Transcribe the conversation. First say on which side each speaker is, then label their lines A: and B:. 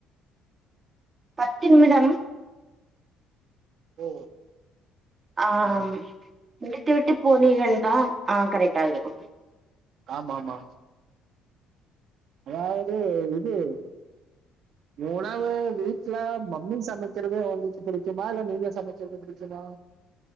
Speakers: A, on the right; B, on the right.
A: பத்து நிமிடம்
B: ஓ
A: ஆம்
B: ஆ.
A: முடித்து விட்டு போனிங்கள்னா ஆ கரெக்டாக இருக்கும்
B: ஆமா ஆமா அதாவது இது உணவு வீட்டு்ல மம்மி சமைக்கிறது உங்களுக்கு பிடிக்குமா இல்ல நீங்க சமைக்கிறது பிடிக்குமா